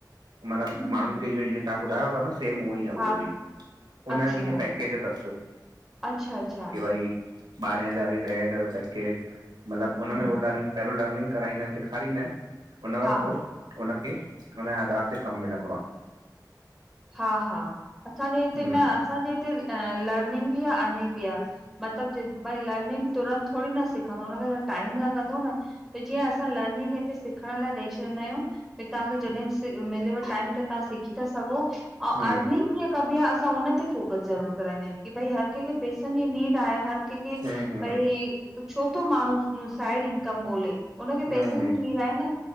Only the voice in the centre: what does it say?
हम्म
हा
अच्छा
अच्छा अच्छा
हम्म
हा
हा हा असांजे हिते
न असांजे हिते लर्निंग बि आ अर्निंग बि आ। मतलब जे भाई लर्निंग तुरंत थोड़े ई न सिखंदो हुनखे त टाइम लॻंदो न। त जीअं असां लर्निंग हिते सिखण लाइ ॾेई छॾींदा आहियूं। की तव्हांखे जॾहिं मिलेव टाइम त तवां सिखी था सघो अऊं
अर्निंग कीअं कबी आहे असां हुनन ते फोकस ज़रूर कराईंदा आहियूं की भाई हर कंहिंखे पैसनि जी नीड आहे हर के के
भाई छोतो माण्हू साइड इनकम ॻोल्हे। हुनखे पैसनि
जी नीड आहे न